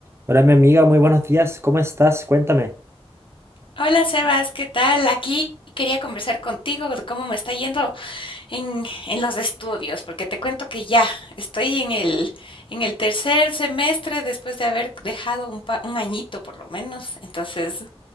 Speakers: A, on the right; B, on the left.
A: Hola, mi amiga, muy buenos días. ¿Cómo estás? Cuéntame.
B: Hola Sebas, ¿qué tal? Aquí quería conversar contigo de cómo me está yendo en, en los estudios, porque te cuento que ya estoy en el, en el tercer semestre después de haber dejado un, pa- un añito por lo menos, entonces